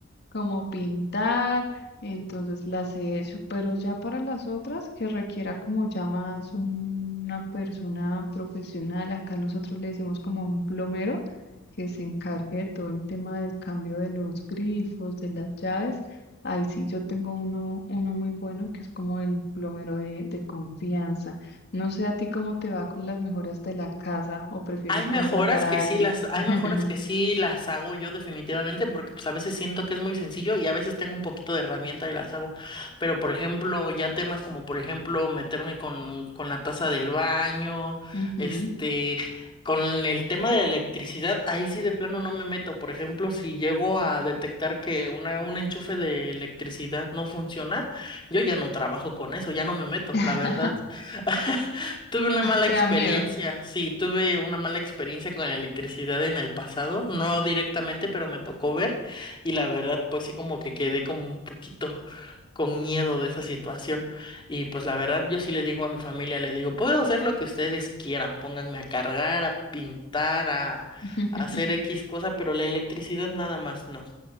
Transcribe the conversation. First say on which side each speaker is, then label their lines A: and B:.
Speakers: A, on the left; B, on the left.
A: como pintar, entonces las he hecho, pero ya para las otras que requiera como ya más un- una persona profesional, acá nosotros le decimos como un plomero que se encargue de todo el tema del cambio de los grifos, de las llaves. Ahí sí yo tengo uno, uno muy bueno que es como el plomero de, de confianza. No sé a ti cómo te va con las mejoras de la casa o prefieres
B: Hay mejoras
A: contratar a
B: que
A: alguien.
B: sí las, hay
A: <laughs>
B: mejoras que sí las hago yo definitivamente, porque pues a veces siento que es muy sencillo y a veces tengo un poquito de herramienta y las hago. Pero por ejemplo, ya temas como por ejemplo meterme con, con la taza del baño,
A: Ujú.
B: este, con el tema de la electricidad, ahí sí de plano no me meto. Por ejemplo, si llego a detectar que una, un enchufe de electricidad no funciona, yo ya no trabajo con eso, ya no me meto,
A: <laughs>
B: la verdad. <laughs> Tuve una mala
A: Te
B: experiencia,
A: da miedo.
B: sí, tuve una mala experiencia con la electricidad en el pasado, no directamente, pero me tocó ver y la verdad, pues sí, como que quedé como un poquito con miedo de esa situación y pues la verdad, yo sí le digo a mi familia, le digo, puedo hacer lo que ustedes quieran, pónganme a cargar, a pintar, a,
A: <laughs>
B: a hacer X cosa, pero la electricidad nada más no.